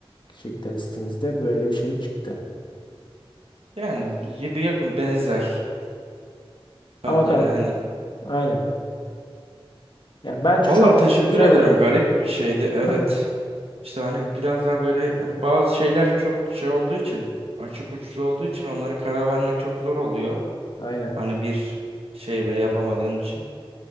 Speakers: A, on the left; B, on the right.
A: Kişilik testimizde böyle bir şey çıktı.
B: Yani bir bir yakın benzer. Bence
A: Ama kanka
B: de hani
A: aynen. Ya bence
B: Valla
A: çok
B: teşekkür
A: güzel
B: ederim.
A: oldu.
B: Garip bir şeydi. Evet.
A: <laughs>
B: İşte hani biraz daha böyle hani bazı şeyler çok şey olduğu için açık uçlu olduğu için onlara karar vermek çok zor oluyor.
A: Aynen.
B: Hani bir şey ve yapamadığın için.